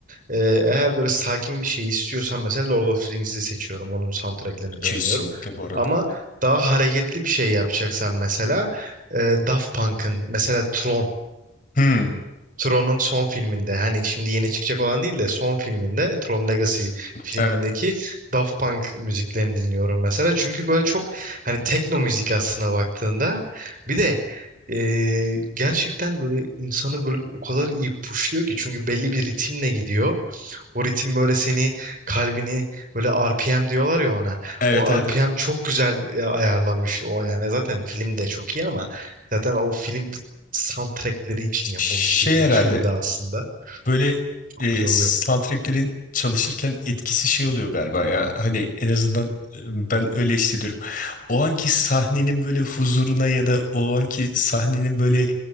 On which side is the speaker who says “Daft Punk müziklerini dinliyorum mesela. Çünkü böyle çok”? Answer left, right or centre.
Right